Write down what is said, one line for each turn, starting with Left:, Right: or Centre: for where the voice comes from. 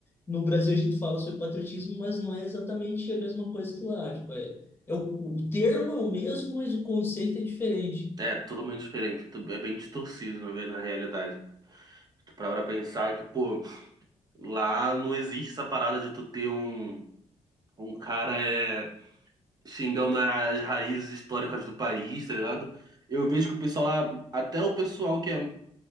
Left: no Brasil a gente fala sobre patriotismo, mas não é exatamente a mesma coisa que lá. Tipo, é, é o, o termo é o mesmo, mas o conceito é diferente.
Right: É totalmente diferente. Tu- É bem distorcido, na ver- na realidade. Tu para pra pensar que, pô, lá não existe essa parada de tu ter um, um cara é. xingando as raízes históricas do país, tá ligado? Eu vejo que o pessoal lá, até o pessoal que é